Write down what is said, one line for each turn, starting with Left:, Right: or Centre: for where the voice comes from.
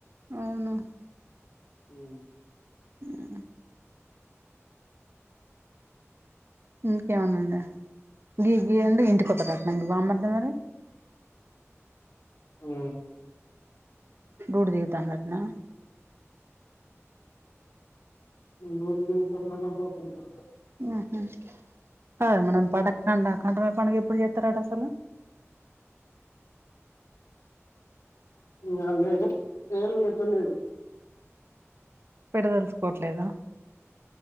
Right: అవునా
Left: మ్
Right: ఆ ఇంకేమనుందా గి గి ఏండ్ ఇంటికొత్తడాట్నా మీ బామ్మర్ది మరి
Left: ఉ
Right: డూటీ దిగుతాండంట్నా
Left: డ్యూటీ దిగుతానడొ పోతనడో
Right: ఉహు కద్ మనం <unintelligible> కంఠమయ్యే పండుగ ఎప్పుడు చెత్తరట అసలు
Left: ఇయ్యళ్ళేట్ ఏళ్ళు పెట్టలేదు
Right: పెడ్ తెల్సుకోట్లేదా